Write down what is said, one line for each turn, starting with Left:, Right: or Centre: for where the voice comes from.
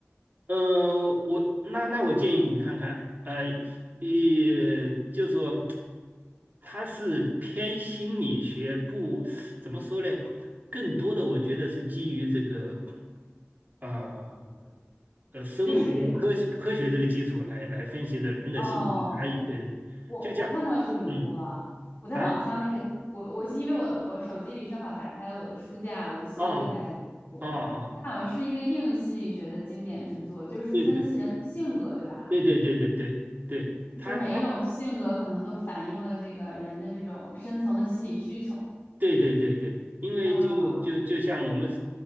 Right: 呃，我那那我建议你看看，呃，也就说它是偏心理学不，怎么说呢？更多的我觉得是基于这个呃。呃生物学科学科学这个基础来来分析的人的性格差异。
Left: 就是哦
Right: 对对对，
Left: 我我看到这本书了，
Right: 就这样，嗯
Left: 我在网上那个我我因为我我手机里正好打开了我的书架，
Right: 啊
Left: 我就搜了一下这本书，
Right: 哦哦哦，
Left: 它好像是一个应用心理学的经典之作，就是分析人的性格，
Right: 对对
Left: 对吧？
Right: 对对对对对对，
Left: 就是每一种性格可能都反映了这个人的这种深层的心理需求。
Right: 他他对对对对，因为就就就像我们
Left: 啊